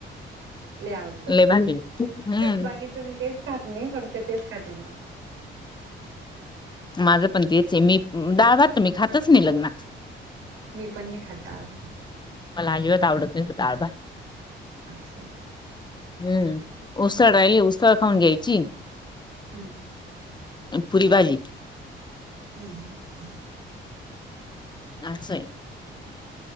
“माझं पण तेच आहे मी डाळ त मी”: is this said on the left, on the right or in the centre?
Left